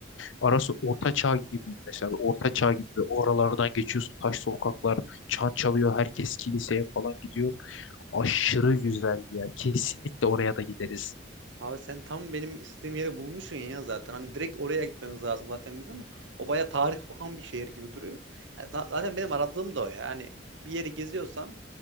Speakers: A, on the left; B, on the right.
A: Arası orta çağ gibiydi mesela. Orta çağ gibi ve o aralardan geçiyorsun. Taş sokaklar, çan çalıyor. Herkes kiliseye falan gidiyor. Aşırı güzel bir yer. Kesinlikle oraya da gideriz.
B: Abi sen tam benim istediğim yere bulmuşsun ya zaten. Hani direkt oraya gitmemiz lazım zaten bizim o baya tarih kokan bir şehir gibi duruyor. Yani za- zaten benim aradığım da o ya. Hani bir yeri geziyorsam